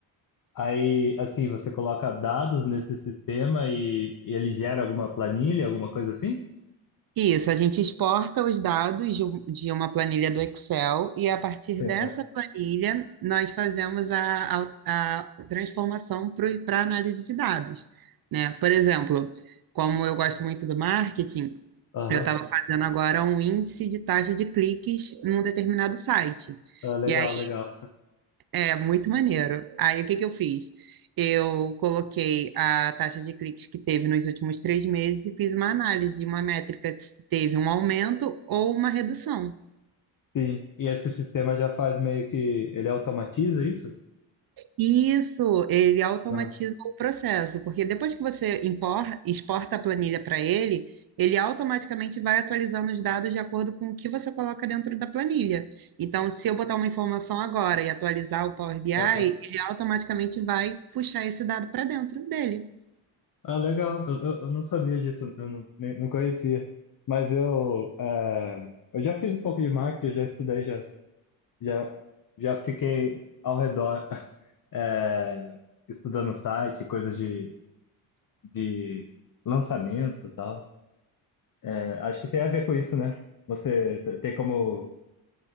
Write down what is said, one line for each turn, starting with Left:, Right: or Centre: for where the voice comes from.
Left: Aí, assim, você coloca dados nesse sistema e, e ele gera alguma planilha, alguma coisa assim?
Right: E Isso, a gente exporta os dados de um- de uma planilha do Excel e a partir
Left: Sim,
Right: dessa
Left: é.
Right: planilha nós fazemos a, a- a transformação para análise de dados, né? Por exemplo, como eu gosto muito do marketing,
Left: Aham.
Right: eu estava fazendo agora um índice de taxa de cliques num determinado site.
Left: Ah, legal,
Right: E aí
Left: legal.
Right: É muito maneiro. Aí o que que eu fiz? Eu coloquei a taxa de cliques que teve nos últimos três meses e fiz uma análise de uma métrica se teve um aumento ou uma redução.
Left: Sim, e esse sistema já faz meio que... Ele automatiza isso?
Right: E Isso, ele automatiza
Left: Aham.
Right: o processo, porque depois que você impor- exporta a planilha para ele, ele automaticamente vai atualizando os dados de acordo com o que você coloca dentro da planilha. Então, se eu botar uma informação agora e atualizar o Power BI,
Left: aham.
Right: ele automaticamente vai puxar esse dado para dentro dele.
Left: Ah, legal. Eu, eu, eu não sabia disso, eu não, nem, não conhecia. Mas eu, é, eu já fiz um pouco de marketing, já estudei, já, já, já fiquei ao redor, <laughs> é, estudando site, coisas de, de lançamento e tal. É, acho que tem a ver com isso, né? Você te- tem como,